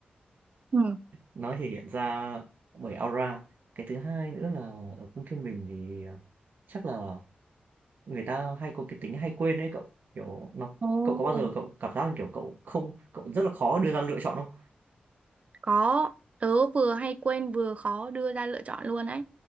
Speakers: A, on the right; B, on the right.
A: ừ.
B: Nó thể hiện ra bởi aura. Cái thứ hai nữa là ở cung thiên bình thì, ờ, chắc là người ta hay có cái tính hay quên đấy cậu, kiểu, nó
A: Ồ.
B: cậu có bao giờ cậu cảm giác, kiểu, cậu không cậu rất là khó đưa ra lựa chọn không?
A: Có, tớ vừa hay quên vừa khó đưa ra lựa chọn luôn ấy.